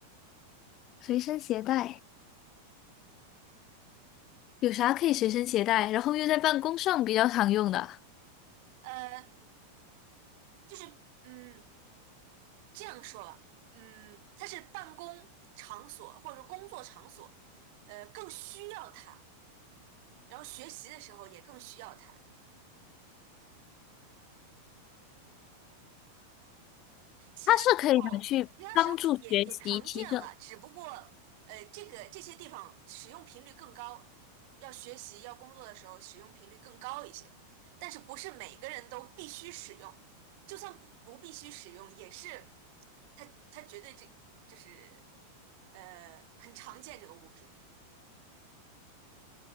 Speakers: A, on the left (about 35°); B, on the right (about 45°).
A: 随身携带有啥可以随身携带，然后又在办公上比较常用的，
B: 呃，就是嗯这样说吧，嗯，它是办公场所或者是工作场所，呃，更需要它。然后学习的时候也更需要它，其他时候其他时候也也常见了，
A: 它是可以拿去帮助学习提升。
B: 只不过呃这个这些地方使用频率更高，要学习要工作的时候使用频率更高一些，但是不是每个人都必须使用，就算不不必须使用，也是它它绝对这就是呃很常见这个物品。